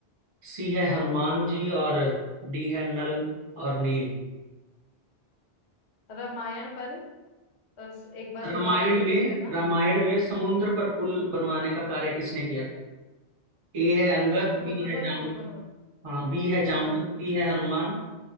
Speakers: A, on the right; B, on the left.
A: सी है हनुमान जी और डी है नल और नील
B: रामायण पर अ, एक बार
A: रामायण
B: दोबारा रिपीट
A: में
B: करना
A: रामायण में समुद्र पर पुल बनवाने का कार्य किसने किया था ए है अंगद
B: समुद्र
A: बी है
B: पर
A: जाम
B: पुल बनवाना
A: हाँ बी है जाम्बुत
B: हाँ
A: सी है हनुमान